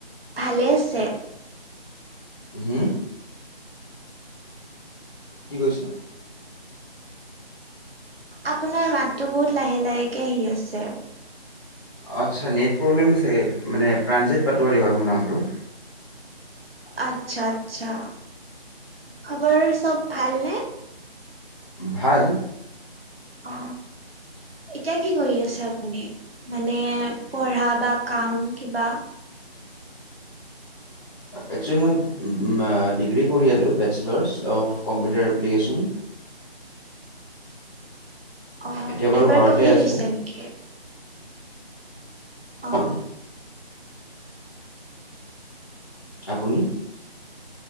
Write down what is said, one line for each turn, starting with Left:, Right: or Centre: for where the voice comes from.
Right: ভালে আছে
Left: হম কি কৈছে
Right: আপোনাৰ মাতটো বহুত লাহে লাহেকে আহি আছে আৰু
Left: আচ্ছা নেট প্ৰব্লেম চাগে মানে প্ৰাণজিত পাটোৱাৰী হয় মোৰ নামটো
Right: আচ্ছা আচ্ছা খবৰ চব ভাল নে
Left: ভাল
Right: অ এতিয়া কি কৰি আছে আপুনি মানে পঢ়া বা কাম কিবা
Left: একচুৱেলি মই ডিগ্ৰী কৰি আছিলোঁ বেচেলাৰছ অৱ কম্পিউটাৰ এপ্লিকেশ্যন
Right: অ
Left: এতিয়া বাৰু
Right: এইবাৰ
Left: ঘৰতে
Right: কমপ্লিট
Left: আছোঁ
Right: হৈছে নেকি অ অ
Left: আৰু আপুনি